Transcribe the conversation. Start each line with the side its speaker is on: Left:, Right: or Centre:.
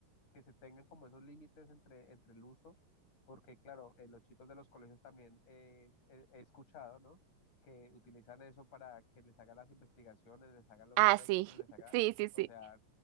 Left: que se tengan como esos límites entre, entre el uso, porque claro, eh, los chicos de los colegios también eh, he, he escuchado, ¿no? que utilizan eso para que les hagan las investigaciones, les hagan los
Right: Ah,
Left: textos,
Right: sí,
Left: les haga,
Right: <laughs> sí, sí, sí.
Left: o sea